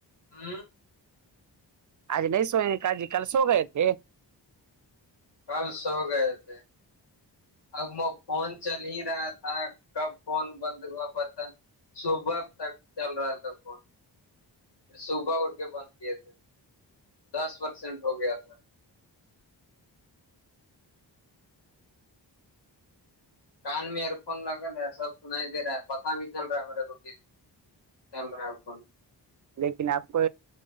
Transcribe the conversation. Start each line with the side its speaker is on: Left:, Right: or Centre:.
Left: ہوں
Right: آج نہیں سوینکا جی کل سو گئے تھے
Left: کل سو گئے تھے اب وہ فون چل ہی رہا تھا کب فون بند ہوا پت صبح تک چل رہا تھا فون ھر صبح اٹھ کے بند کیے تھے دس پرسینٹ ہو گیا تھا کان میں ایئر فون لگ رہ ہے سب سنائی دے رہا ہے پتا بھی چل رہا ہے میرے کو اللرا آکن
Right: لیکن آپ کو